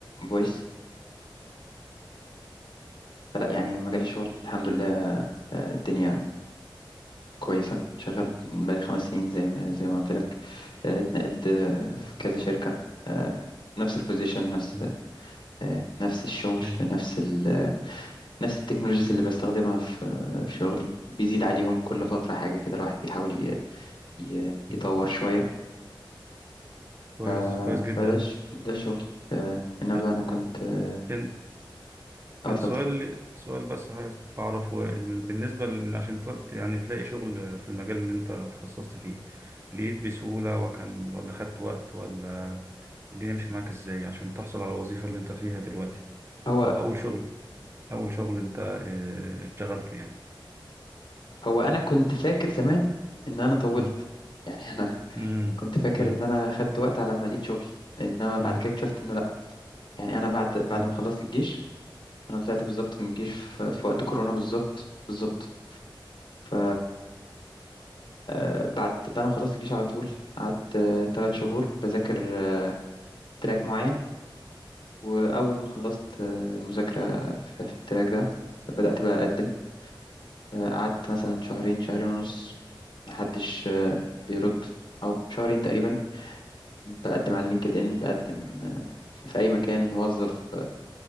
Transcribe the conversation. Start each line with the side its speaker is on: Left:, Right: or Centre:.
Left: فويس فلا يعني مجال الشغل الحمد لله آه، الدنيا كويسة شغال
Right: مم.
Left: بقالي خمس سنين زي ما زي ما قلت لك آه، اتنقلت آه، في كذا شركة آه، نفس البوزيشن نفس
Right: مم.
Left: آه، نفس الشغل
Right: أيوة.
Left: نفس ال نفس التكنولوجيز
Right: مم.
Left: اللي بستخدمها في آه، في شغلي بيزيد عليهم كل فترة حاجة كده الواحد بيحاول ي- ي-
Right: مم.
Left: يطور شوية
Right: كويس
Left: آه،
Right: كويس جدا
Left: فده ش- ده شغل آه، انما
Right: ده-
Left: بقى انا كنت اه
Right: كان
Left: آه،
Right: كان
Left: اتفضل
Right: سؤال سؤال بس عايز أعرفه ال- بالنسبة ل- عشان ت- يعني تلاقي شغل في المجال اللي أنت تخصصت فيه لقيت بسهولة وكان ولا خدت وقت ولا الدنيا مشيت معاك إزاي عشان تحصل على الوظيفة اللي أنت فيها دلوقتي
Left: هو
Right: أو أول شغل أول شغل أنت آه، اشتغلته يعني
Left: هو انا كنت فاكر زمان ان انا طولت
Right: مم.
Left: يعني انا
Right: مم.
Left: كنت فاكر
Right: مم.
Left: ان انا خدت وقت على ما لقيت شغل انما بعد
Right: مم.
Left: كده اكتشفت انه يعني انا بعد بعد
Right: مم.
Left: ما خلصت الجيش انا طلعت بالظبط من الجيش في, في وقت كورونا بالظبط بالظبط ف آه، بعد بعد ما خلصت الجيش على طول قعدت آه، ثلاث شهور بذاكر آه، تراك معين واول ما خلصت آه، المذاكره في, في التراك ده بدات بقى اقدم آه، قعدت مثلا شهرين شهرين ونص محدش آه، بيرد او شهرين تقريبا بقدم على لينكد ان بقدم آه، في في اي مكان موظف